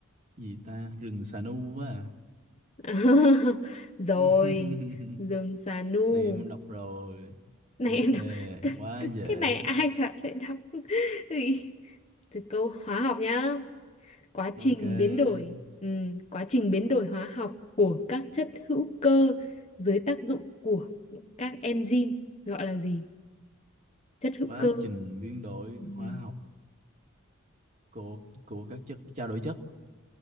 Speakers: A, on the right; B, on the left.
A: gì ta rừng xà nu quá à.
B: <laughs> rồi
A: <laughs>
B: rừng xà nu
A: này em đọc rồi
B: này
A: tiếp
B: em
A: đề
B: đọc <laughs>
A: quá dễ
B: cái này ai chả phải đọc <laughs> Ui. từ câu hóa học nhá quá
A: ok
B: trình biến đổi ừm, quá trình biến đổi hóa học của các chất hữu cơ dưới tác dụng của các enzyme gọi là gì chất hữu
A: quá
B: cơ
A: trình biến đổi
B: Ừm.
A: hóa học của của các chất trao đổi chất